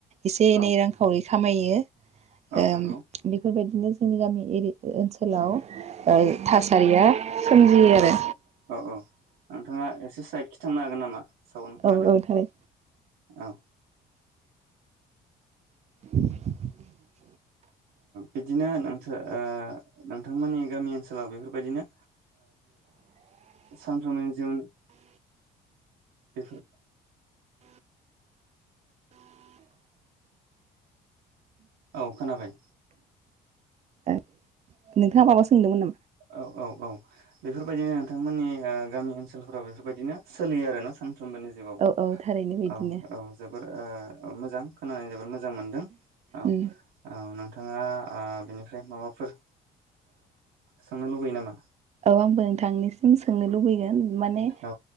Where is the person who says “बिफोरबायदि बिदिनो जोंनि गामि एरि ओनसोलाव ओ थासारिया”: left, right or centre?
Right